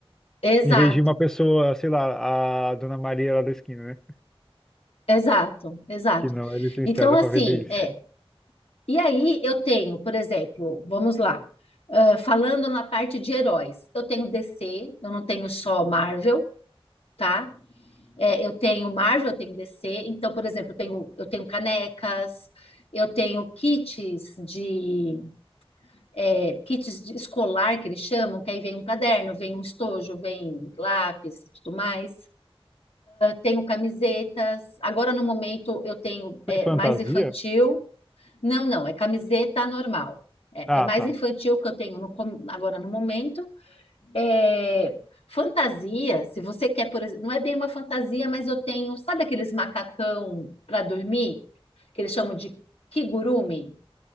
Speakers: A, on the left (about 75°); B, in the centre.
A: Exato,
B: Em vez de uma pessoa, sei lá, a Dona Maria lá da esquina, né?
A: exato, exato.
B: Que não é licenciada
A: Então, assim,
B: para vender isso.
A: é. E aí eu tenho, por exemplo, vamos lá, ah, falando na parte de heróis, eu tenho DC, eu não tenho só Marvel, tá? É, eu tenho Marvel, eu tenho DC, então, por exemplo, eu tenho, eu tenho canecas, eu tenho kits de, é, kits de escolar que eles chamam, que aí vem um caderno, vem um estojo, vem lápis e tudo mais. tenho camisetas. Agora, no momento, eu tenho é,
B: Tem fantasia?
A: mais infantil. Não, não, é camiseta normal. É,
B: Ah,
A: é mais
B: tá.
A: infantil que eu tenho no com- agora no momento. É, fantasia, se você quer, por exemplo, não é bem uma fantasia, mas eu tenho, sabe aqueles macacão para dormir, que eles chamam de kigurumi,